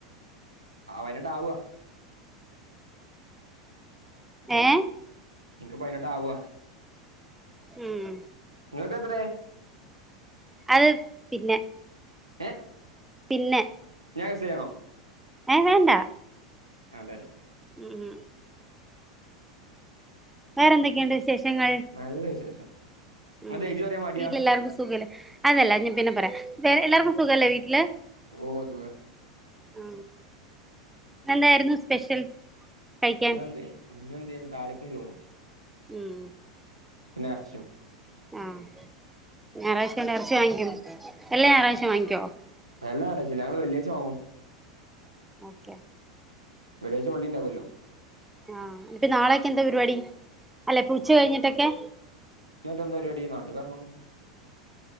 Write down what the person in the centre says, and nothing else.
ഏ
ഉം
അത് പിന്നെ
പിന്നെ
ഏ വേണ്ടാ
മ് മ് വേറെന്തൊക്കെയുണ്ട് വിശേഷങ്ങൾ
ഉം
വീട്ടില് എല്ലാർക്കും സുഖല്ലേ അതല്ല ഞാൻ പിന്നെ പറയാം എല്ലാർക്കും സുഖല്ലേ വീട്ടില്
ആ എെന്തായിരുന്നു സ്പെഷ്യൽ കഴിക്കാൻ
ഉം
ആഹ ഞായറാഴ്ച ഇറച്ച വാങ്ങിക്കുന്നു എല്ലാം ഞായറാഴ്ചം വാങ്ങിക്കുവോ
ഓക്കെ
ആഹ ഇപ്പൊ നാളെയൊക്കെ എന്താ പരിപാടി അല്ല ഇപ്പൊ ഉച്ച
കഴിഞ്ഞിട്ടൊക്കെ